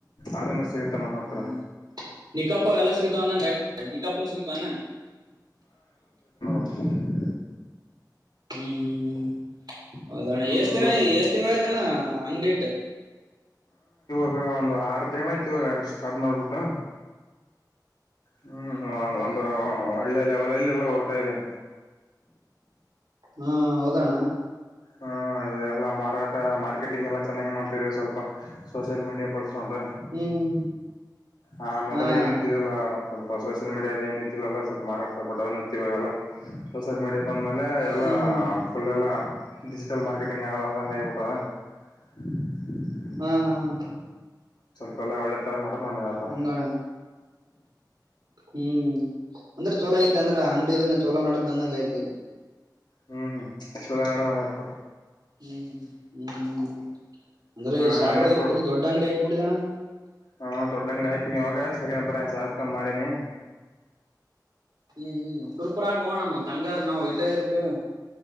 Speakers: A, on the left (about 75°); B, on the right (about 65°).
A: ಅದನ್ನ ಸಿಗುತ್ತ ನಮ್ಮ ಹತ್ರ
B: ಹ್ಮ ನಿಕಾಪ ಎಲ್ಲ ಸಿಗತಾವ ಅಂದಾಂಗ್ ಆಯ್ತ್. ನಿಕಾಪನು ಸಿಗುತ್ ತಾನೆ?
A: ಹ <unintelligible>
B: ಹ್ಮ್ ಹ್ಮ್ ಹ್ಮ್ ಹ್ಮ್ ಹೌದಣ್ಣ,
A: ಎಲ್ಲ
B: ಎಷ್ಟ್ ದಿನ ಎಷ್ಟ್ ತಿಂಗಳಾಯ್ತಣ್ಣ ಆ ಅಂಗಡಿಯಿಟ್ಟ್?
A: ಈವಾಗ ಒಂದು ಆರು ತಿಂಗಳಾಯಿತು ಇವಾಗ ಅವ್ರು ಸ್ಟಾರ್ಟ್ ಮಾಡ್ಬಿಟ್ಟು ಹ್ಮ್ <unintelligible> ಒಂದು ಒಳ್ಳೆ ಲೆವೆಲ್ ಬೆಲ್ ಎಲ್ಲ ಹೊರಡ್ತಾ ಇದೆ.
B: ಹಾ ಹಾ ಹೌದಣ್ಣ
A: ಹ್ಮ್ ಎಲ್ಲಾ ಮಾರಾಟ, ಮಾರ್ಕೆಟಿಂಗ್ ಎಲ್ಲ ಚೆನ್ನಾಗ್ ಮಾಡ್ತ ಇದೀವಿ ಸ್ವಲ್ಪ. Social media ಬಳಸ್ಕೊಂಡ.
B: ಹ್ಮ್ ಹ್ಮ್
A: ಆ ಮೊದಲ
B: ಹ್ಮ್ ಹಾ
A: ಏನಿದ್ದಿದಲ್ಲ
B: ಅಣ್ಣ
A: ಸ್ವಲ್ಪ ಸೋಷಿಯಲ್ ಮೀಡಿಯಾದ ಏನ್ ಇದ್ದಿಲ್ಲಲ್ಲ ಸ್ವಲ್ಪ ಮಾರಾಟ ಸ್ವಲ್ಪ ಡೌನಿತ್ತು, ಇವಾಗೆಲ್ಲ ಸೋಷಿಯಲ್ ಮೀಡಿಯಾ ಬಂದಮೇಲೆ, ಎಲ್ಲಾ
B: ಹ್ಮ್ ಹ್ಮ್
A: ಫುಲ್ ಎಲ್ಲ ಡಿಜಿಟಲ್ ಮಾರ್ಕೆಟಂಗ್ <unintelligible> <unintelligible>
B: ಹಾ ಹಾ ಹಾ
A: <unintelligible> ಒಳ್ಳೆತರ ನೋ <unintelligible> ನನ್ ಯಾಪಾರ
B: ಹಂಗಣ ಹ್ಮ್, ಅಂದ್ರೆ ಚಲೋ ಐತ ಅಂದ್ರ ಅಂಗಡಿ ಇದ ಚಲೋ ನಡದನ್ನಂಗ್ ಆಯ್ತೀಗ.
A: ಹ್ಮ್, ಶರ ನಡ ನ <unintelligible> ಹತ್ರ
B: ಹ್ಮ್ ಹ್ಮ್ ಹ್ಮ್ ಹ್ಮ್, ಅಂದ್ರೆ
A: ಹ
B: ಈ ಶಹಾಪುರದಾಗ
A: ಮೊನ್ನೆ
B: ಪುಲ್ ದೊಡ್ಡ ಅಂಗಡಿ ಹಾಕ್ಬಿಟ್ಟಿದ್ದಣ್ಣ.
A: ಹಾ ದೊಡ್ಡ ಅಂಗಡಿ ಹಾಕೀನಿ, ಇವಾಗ ಸೆಕಂಡ್ ಬ್ರಾಂಸ್ ಹಾಕ್ಬೇಕಂತ್ ಮಾಡೀನಿ.
B: ಹ್ಮ್ ಹ್ಮ್ ಸುರ್ಪುರಾಕೋಗೋಣ ಮತ್ ಹಂಗಾದ್ರ ನಾವ್ ಇಲ್ಲೇ ಇರ್ತಿವಿ.